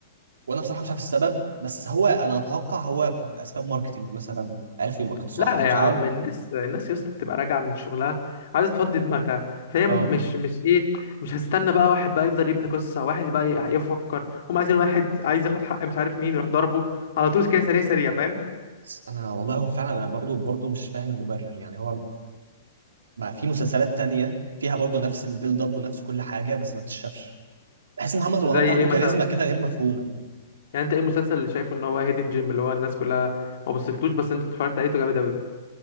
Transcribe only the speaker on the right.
وانا بصراحه مش عارف السبب بس هو انا اتوقع هو باسباب ماركتينج مثلا عرفوا يماركتوا صح
انا
مش
عارف
اه
بس انا والله هو فعلا انا برضو برضو مش فاهم المبرر يعني هو ما في مسلسلات تانية فيها برضو نفس البيلد اب ونفس كل حاجة بس ما تتشافش بحس ان محمد رمضان
ده عنده
كاريزما كده غير مفهومة